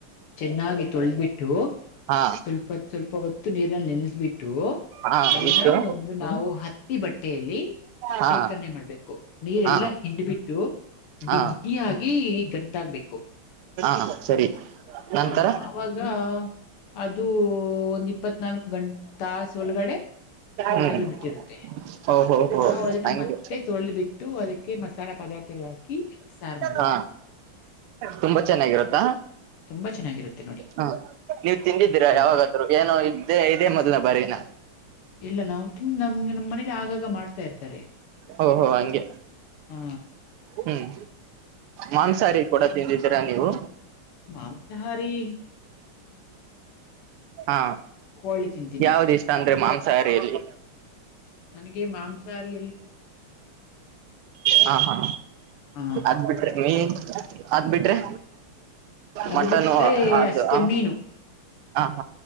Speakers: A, on the left; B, on the right.
A: ಚೆನ್ನಾಗಿ ತೊಳಬಿಟ್ಟು
B: ಹಾ
A: ಸ್ವಲ್ಪ ಸ್ವಲ್ಪ ಹೊತ್ತು ನೀರನ ಬಿಟ್ಟು
B: ಹಾ
A: ಅದನ್ನ
B: ಇಷ್ಟು
A: ಒಂದು ನಾವು ಹ ಹತ್ತಿ ಬಟ್ಟೆಯಲ್ಲಿ
B: ಹಾ
A: ಶೇಖರಣೆ ಮಾಡ್ಬೇಕು ನೀರೆಲ್ಲಾ
B: ಹಾ
A: ಹಿಂಡ್ಬಿಟ್ಟು
B: ಹಾ
A: ಬಿಗ್ಗಿಯಾಗಿ ಗಂಟಾಗ್ಬೇಕು.
B: ಹಾ ಸರಿ ನಂತರ
A: ಹ ಆಾಗ ಅದು ಒಂದ್ ಇಪ್ಪತ್ ನಾಲ್ಕು ಗಂಟೆ ತಾಸ ಒಳಗಡೆ ಮೊಲಕೆಗಳು
B: ಹ್ಮ್
A: ಬಿಟ್ಟಿರುತ್ತೆ
B: ಓಹೋ ಹೋ
A: ನಾವವು ಅದನ್ನ
B: ಹಂಗೆ
A: ಮತ್ತೆ ತೊಳೆ್ ಬಿಿಟ್ಟು ಅದಕ್ಕೆ ಮಸಾಲೆ ಪದಾರ್ಥಗಳ ಹಾಕಿ ಸಾರು ಮಾಡ್ಬೇಕ
B: ಹ ತುಂಬಾ ಚೆನ್ನಾಗಿರುತ್ತಾ
A: ತುಂಬಾ ಚೆನ್ನಾಗಿರುತ್ತೆ ನೋಡಿ
B: ಹ ನೀವ್ ತಿಂದಿದ್ದೀರಾ
A: ಹ
B: ಯಾವಾಗಾದ್ರು ಏನೋ ಇಲ್ಲ ಇದೇ ಮೊದ್ಲ ಬರಿನ
A: ಇಲ್ಲ ನಾವು ತಿಿಂದ ನಮ್ಗೆ ನಮ್ಮ್ ಮನೇಲಿ ಆಗಾಗ ಮಾಡ್ತಾ ಇರ್ತಾರೆ
B: ಓ ಹೋ ಹಂಗೆ
A: ಹ
B: ಹ್ಮ್ ಮಾಂಸಹಾರಿ ಕೂಡ ತಿಂದಿದೀರಾ ನೀವು
A: ಮಾಂಸಹಾರಿ
B: ಹಾ
A: ಕೋಳಿ ತಿಂತೀನಿ
B: ಯಾವ್ದ ಇಷ್ಟ ಅಂದ್ರೆ ಮಾಂ ಮಾಂಸಾಹಾರಿಲಿ
A: ನನಗೆ ಮಾಂಸಾಾರಿ
B: ಹಾ ಹಾ
A: ಹ
B: ಅದ್ಬಿಟ್ರೆ ಅದ ಬಿಟ್ರಿ
A: ಅದು
B: ಮಟನ್
A: ಬಿಟ್ರೆ
B: ಹ
A: ಅಷ್ಟೇ ಮೀನು
B: ಹ